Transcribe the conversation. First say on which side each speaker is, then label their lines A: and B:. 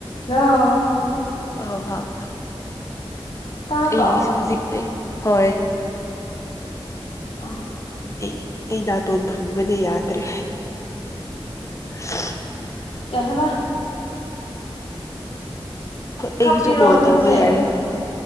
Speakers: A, on the left; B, on the left.
A: ꯍꯜꯂꯣ꯫
B: ꯑꯣ ꯍꯥꯎ
A: ꯇꯥꯕ꯭ꯔꯣ
B: ꯑꯩꯒꯤꯁꯨ ꯍꯧꯖꯤꯛ ꯑꯩ꯫ ꯍꯣꯏ꯫
A: ꯑꯥ꯫
B: ꯑꯩ ꯑꯩ ꯅꯥꯇꯣꯟ ꯐꯨꯟꯕꯅ ꯌꯥꯗ꯭ꯔꯦ꯫ <unintelligible>
A: ꯀꯌꯥꯦꯕ
B: ꯑꯩꯒꯤꯁꯨ
A: ꯀꯞꯄꯤꯔꯣ
B: ꯀꯣꯜ
A: ꯅꯪꯁꯦ
B: ꯇꯧꯕ ꯌꯥꯔꯦꯕ